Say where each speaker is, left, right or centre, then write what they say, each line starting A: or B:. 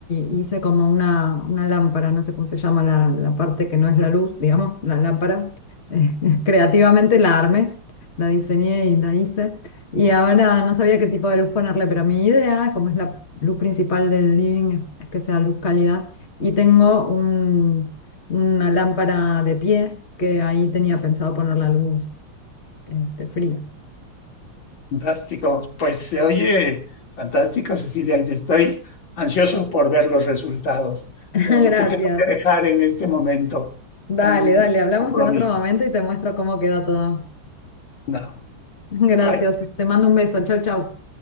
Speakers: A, on the left; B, on the left.
A: y hice como una, una lámpara, no sé cómo se llama la, la parte que no es la luz, digamos, la lámpara. Eh, <laughs> creativamente la armé, la diseñé y la hice. Y ahora no sabía qué tipo de luz ponerle, pero mi idea, como es la luz principal del living, es es que sea luz cálida. Y tengo un, una lámpara de pie que ahí tenía pensado poner la luz. Este, frío.
B: fantástico. Pues se oye fantástico, Cecilia. Yo estoy ansioso por ver los resultados,
A: <laughs>
B: pero
A: Gracias.
B: te tengo que dejar en este momento.
A: Dale,
B: Tengo un
A: dale, hablamos
B: compromiso.
A: en otro momento y te muestro cómo queda todo.
B: No,
A: <laughs> Gracias.
B: bye.
A: Te mando un beso. Chau, chau.